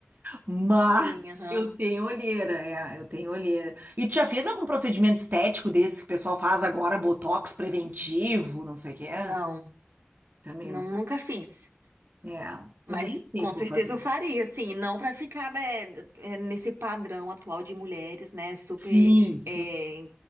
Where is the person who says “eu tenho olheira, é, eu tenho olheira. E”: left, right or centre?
Right